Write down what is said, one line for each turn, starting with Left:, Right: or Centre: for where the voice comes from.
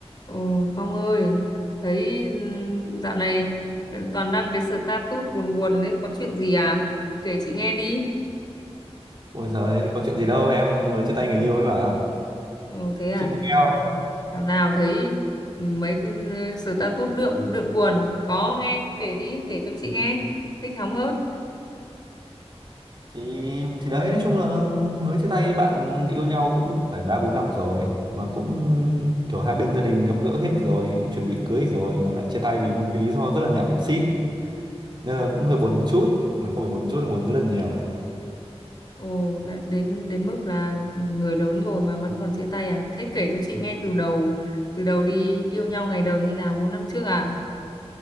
Left: Ừ, Phong ơi, thấy ừm, dạo này toàn đăng cái status buồn buồn đấy, có chuyện gì à? Kể chị nghe đi.
Right: Ôi giời, có chuyện gì đâu, em mới chia tay người yêu ấy mà.
Left: Ừ, thế à,
Right: Chị muốn
Left: thảo
Right: nghe
Left: nào,
Right: không?
Left: thảo nào thấy ừm, mấy cái ừ, status đượm đượm buồn, có nghe kể đi, kể cho chị nghe. Thích hóng hớt.
Right: Thì thì đấy, nói chung là mới chia tay bạn yêu nhau cũng phải 3 4 năm rồi mà cũng kiểu hai bên gia đình gặp gỡ hết rồi, cũng chuẩn bị cưới rồi mà lại chia tay vì một cái lý do rất là nhảm xít. Nên là cũng hơi buồn một chút, mà không phải buồn một chút là buồn rất là nhiều.
Left: Ồ, đã- đến đến mức là người lớn rồi mà vẫn còn chia tay à? Thế kể cho chị nghe từ đầu, từ đầu đi, yêu nhau ngày đầu như nào, 4 năm trước à?